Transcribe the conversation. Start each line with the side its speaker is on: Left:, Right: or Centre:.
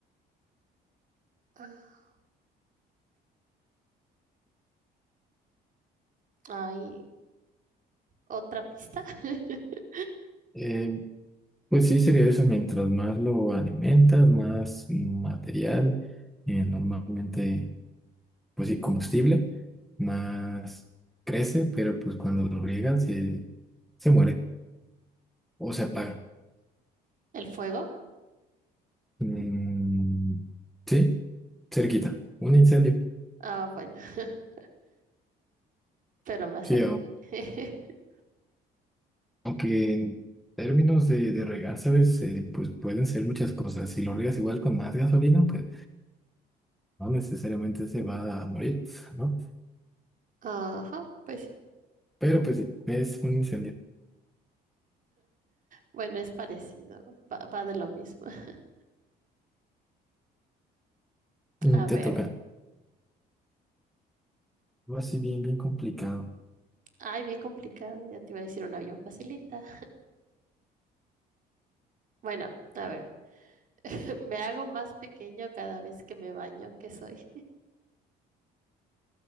Right: Ah, Hay otra pista. <laughs>
Centre: Eh, pues sí, sería eso, mientras más lo alimentas, más material, eh, normalmente, pues sí, combustible, más crece, pero pues cuando lo riegan se, se muere o se apaga.
Right: El fuego.
Centre: Mm, sí, cerquita, un incendio.
Right: Ah, bueno, <laughs> pero me acerqué.
Centre: Sí,
Right: <laughs>
Centre: Aunque en términos de, de regar, ¿sabes? Eh, pues pueden ser muchas cosas. Si lo riegas igual con más gasolina, pues no necesariamente se va a morir, ¿no?
Right: Ajá, pues sí.
Centre: Pero pues sí, es un incendio.
Right: Bueno, es parecido. Va, va de lo mismo. <laughs>
Centre: Mm,
Right: A
Centre: Te
Right: ver.
Centre: toca. Algo así bien, bien complicado.
Right: Ay, bien complicado. Ya te iba a decir una bien facilita. Bueno, a ver. <laughs> Me hago más pequeño cada vez que me baño. ¿Qué soy?